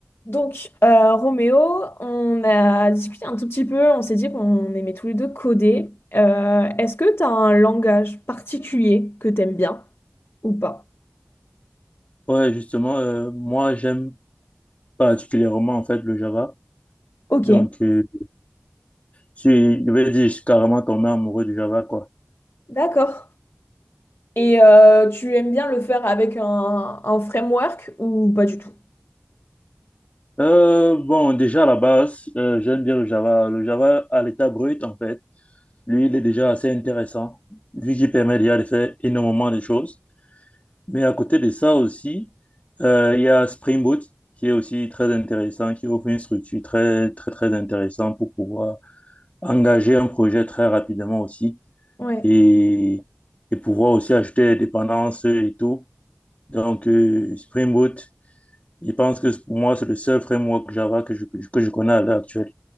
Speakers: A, on the left; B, on the left.
A: Donc, euh, Roméo, on a discuté un tout petit peu, on s'est dit qu'on aimait tous les deux coder. Euh, est-ce que tu as un langage particulier que t'aimes bien ou pas?
B: Ouais, justement, euh, moi, j'aime particulièrement, en fait, le Java.
A: Ok.
B: Donc, euh, je suis- je vais dire, je suis carrément tombé amoureux du Java, quoi.
A: D'accord. Et euh, tu aimes bien le faire avec un, un framework ou pas du tout?
B: Euh, bon, déjà, à la base, euh, j'aime bien le Java. Le Java, à l'état brut, en fait, lui, il est déjà assez intéressant, vu qu'il permet déjà de faire énormément de choses. Mais à côté de ça aussi, euh, il y a Spring Boot, qui est aussi très intéressant, qui offre une structure très, très, très intéressante pour pouvoir engager un projet très rapidement aussi.
A: Ouais.
B: et, et pouvoir aussi ajouter des dépendances et tout. Donc, euh, Spring Boot, je pense que pour moi, c'est le seul framework Java que je, que je connais à l'heure actuelle.